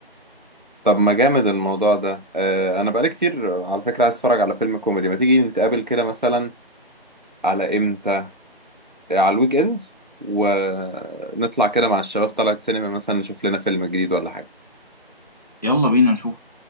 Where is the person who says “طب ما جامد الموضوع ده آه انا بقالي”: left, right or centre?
Right